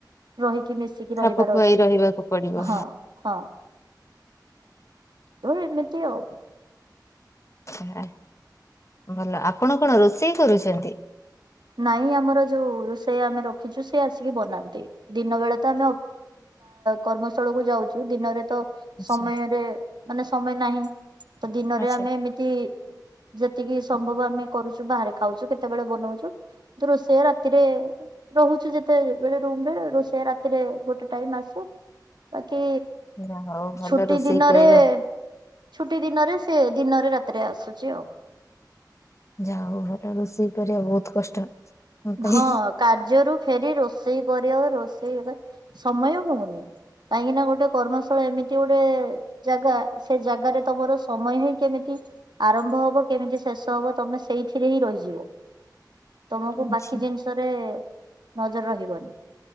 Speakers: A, on the right; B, on the left.
A: ରହିକି ମିଶିକି
B: ଖାପ
A: ରହିବାର
B: ଖୁଆଇ
A: ଅଛି।
B: ରହିବାକୁ ପଡିବ
A: ହଁ। ହଁ ତୋ ଏମିତି ଆଉ।
B: ଛାଆ ଭଲ ଆପଣ କଣ ରୋଷେଇ କରୁଛନ୍ତି।
A: ନାଇଁ ଆମର ଯୋଉ ରୋଷେୟା ଆମେ ରଖିଛୁ ସେ ଆସିକି ବନାନ୍ତି। ଦିନ ବେଳେ ତ ଆମେ ଉ କର୍ମସ୍ଥଳକୁୁ ଯାଉଛୁ ଦିନରେ ତ
B: ଆଚ୍ଛା
A: ସମୟରେ ମାନେ ସମୟ ନାହିଁ ତ ଦିନରେ
B: ଆଚ୍ଛା
A: ଆମେ ଏମତି ଯେତିକି ସମ୍ଭବ ଆମେ କରୁଛୁ ବାହାରେ ଖାଉଛୁ କେତେବେଳେ ବନଉଛୁ। ତ ରୋଷେୟା ରାତି ରାତିରେ ରହୁଛୁ ଯେତେବେଳେ ରୁମରେ ରୋଷେଇଆ ରାତିରେ ଗୋଟେ ଟାଇମ୍ ଆସେ। ବାକି
B: ଯା ହଉ ଭଲ
A: ଛୁଟି
B: ରୋଷେଇ
A: ଦିନରେ
B: କରିବ
A: ଛୁଟି ଦିନରେ ସେ ଦିନରେ ରାତିରେ ଆସୁଛି ଆଉ।
B: ଯାଉ ହଉ ଭଲ ରୋଷେଇ କରିବା ବହୁତ କଷ୍ଟ। ମୋ ପାଇଁ
A: ହଁ କାର୍ଯ୍ୟରୁ ଫେରି ରୋଷେଇ କରିବା ରୋଷେଇବା ସମୟ ହଉନି। କାହିଁକି ନା ଗୋଟେ କର୍ମସ୍ଥଳ ଏମିତି ଗୋଟେ ଜାଗା ସେ ଜାଗାରେ ତମର ସମୟ ହିଁ କେମିତି ଆରମ୍ଭ ହବ କେମିତି ଶେଷ ହବ ତମେ ସେଇଥିରେ ହିଁ ରହିଯିବ ତମକୁ
B: ଆଚ୍ଛା
A: ବାକି ଜିନିଷରେ ନଜର ରହିବନି